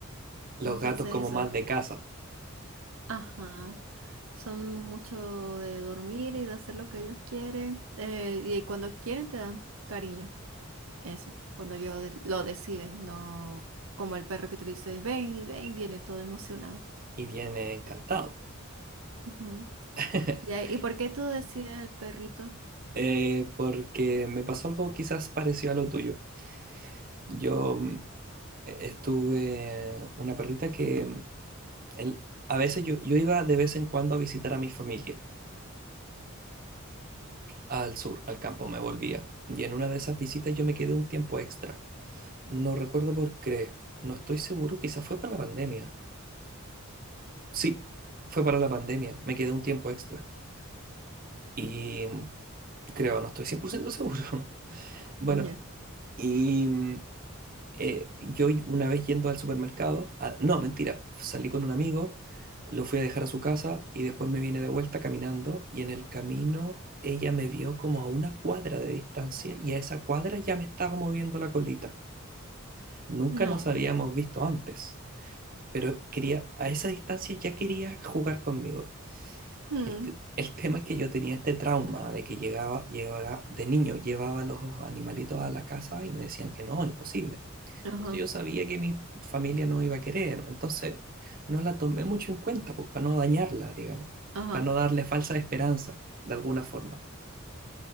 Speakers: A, on the right (about 40°); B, on the right (about 75°).
A: Los
B: Entonces
A: gatos como
B: eso.
A: más de casa.
B: Ajá, son mucho de dormir y de hacer lo que ellos quieren. eh, y cuando quieren te dan cariño. Eso, cuando ellos de- lo deciden, no como el perro que tú le dices, ven y ven, viene todo emocionado.
A: Y viene encantado.
B: Ujú.
A: <laughs>
B: Ya, ¿y por qué tú decides el perrito?
A: Eh, porque me pasó algo quizás parecido a lo tuyo. Yo mm, eh, estuve una perrita que mm, él- a veces yo, yo iba de vez en cuando a visitar a mi familia al sur, al campo, me volvía. Y en una de esas visitas yo me quedé un tiempo extra. No recuerdo por qué. No estoy seguro. Quizás fue para la pandemia. Sí, fue para la pandemia. Me quedé un tiempo extra. Y mm, creo, no estoy 100% seguro. <laughs> Bueno,
B: Ya.
A: y mm, eh, yo una vez yendo al supermercado, ah, no, mentira, salí con un amigo, lo fui a dejar a su casa y después me vine de vuelta caminando y en el camino ella me vio como a una cuadra de distancia y a esa cuadra ya me estaba moviendo la colita. Nunca
B: No.
A: nos habíamos visto antes. pero quería, a esa distancia ya quería jugar conmigo.
B: Mm,
A: El, te- el tema es que yo tenía este trauma de que llegaba, llevaba, de niño llevaba los animalitos a la casa y me decían que no, imposible.
B: Ajá,
A: Entonces yo sabía que mi familia no iba a querer, entonces no la tomé mucho en cuenta, pues para no dañarla, digamos,
B: ajá.
A: para no darle falsa esperanza, de alguna forma.